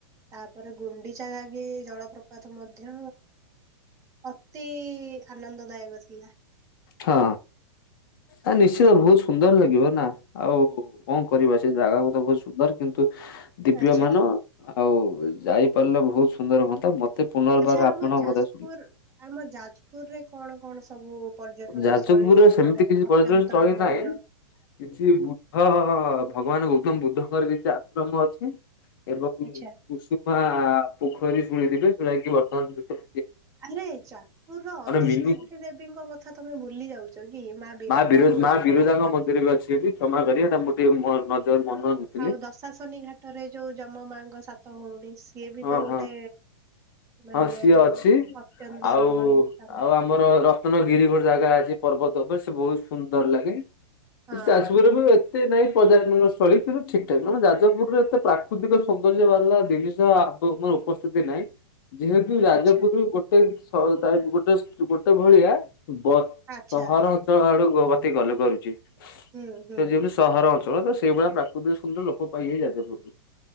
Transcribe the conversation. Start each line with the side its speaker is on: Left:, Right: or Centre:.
Right: ତାପରେ ଗୁଣ୍ଡି ଘାଗି କିି ଜଳପ୍ରପାତ ମଧ୍ୟ ଅତି ଆନନ୍ଦଦାୟକ ଥିଲା।
Left: ହଁ ଆ ନିଶ୍ଚିତ ବହୁତ ସୁନ୍ଦର ଲାଗିବ ନା। ଆଉ କଣ କରିବା ସେ ଜାଗାକୁ ତ ବହୁତ ସୁନ୍ଦର କିନ୍ତୁ ଦିବ୍ୟ
Right: ଆଚ୍ଛା,
Left: ମାନ ଆଉ ଯାଇପାରିଲେ ବହୁତ ସୁନ୍ଦର ହୁଅନ୍ତା ମତେ ପୁନର୍ବାର
Right: ଆଚ୍ଛା ଆମ
Left: ଆପଣଙ୍କ
Right: ଯାଜପୁର
Left: କଥା ଶୁଣି
Right: ଆମ ଯାଜପୁରରେ କଣ କଣ ସବୁ ପର୍ଯ୍ୟଟନସ୍ଥଳୀ
Left: ଯାଜପୁରରେ ସେମିତି
Right: ମାନେ
Left: କିଛି ପର୍ଯ୍ୟଟନ
Right: ଅତ୍ୟନ୍ତ
Left: ସ୍ଥଳୀ
Right: ରମଣୀୟ
Left: ନାହିଁ। କିଛି ବୁଦ୍ଧ ଭଗବାନ ଗୌତମ ବୁଦ୍ଧଙ୍କର କିଛି ଆଶ୍ରମ ଅଛି। ଏବଂ
Right: ଆଚ୍ଛା
Left: କୁସୁମା ପୋଖରୀ ଶୁଣଣିଥିବେ ଯେଉଟା କିି ବର୍ତ୍ତମାନ ଭିତ
Right: ଆରେ ଚାାନ୍ଦପୁର ର ଅଧିଷ୍ଠାତ୍ରୀ
Left: ମିନି
Right: ଦେବୀଙ୍କ କଥା ତମେ ଭୁଲି ଯାଉଛ। କି
Left: ମା ବିରଜା
Right: ଅଛନ୍ତି
Left: ମା ବିରଜାଙ୍କ
Right: ପରା
Left: ମନ୍ଦିର ବି ଅଛି ଏଠି କ୍ଷମା କରି ଏଟା ଗୋେ ନଜର ମନ ନଥିଲି।
Right: ଆଉ ଦଶାଶନି ଘାଟରେ ଯୋଉ ଯମ ମାଙ୍କ ସାତ ଭଉଣୀ ସିଏ ବି
Left: ହଁ
Right: ତ ଗୋଟେ
Left: ହଁ
Right: ମାନେ
Left: ହଁ ସିଏ ଅଛି।
Right: ଅତ୍ୟନ୍ତ
Left: ଆଉ
Right: ରମଣୀୟ ସ୍ଥାନ।
Left: ଆଉ ଆମର ରତ୍ନଗିରି ଗୋଟେ ଜାଗା ଅଛି ପର୍ବତ ଉପରେ ସେ ବହୁତ ସୁନ୍ଦର ଲାଗେ। <unintelligible>
Right: ହଁ
Left: ଏତେ ନାଇଁ ପର୍ଯ୍ୟଟନ ସ୍ଥଳୀ କିନ୍ତୁ ଠିକଠାକ ଆମ ଯାଜପୁରରେ ଏତେ ପ୍ରାକୃତିକ ସୌନ୍ଦର୍ଯ୍ୟ ବାହାରିଲା ଜିନିଷ ମୋର ଉପସ୍ଥିତି ନାଇଁ। ଯେହେତୁ ଯାଜପୁର
Right: ଆଚ୍ଛା
Left: ଗୋଟେ ସ ଗୋଟେ ଗୋଟେ ଭଳିଆ। ବ ସହର
Right: ଆଚ୍ଛା
Left: ଅଞ୍ଚଳ ଆଡୁ ଗତି କଲେ କରୁଛି ତ
Right: ହୁଁ ହୁଁ
Left: ଯେମିତି ସହର ଅଞ୍ଚଳ ତ ସେଇଭଳିଆ ପ୍ରାକୃତିକ ଶ୍ରେଣୀର ଲୋକ ପାଇ ଯାଜପୁରରେ।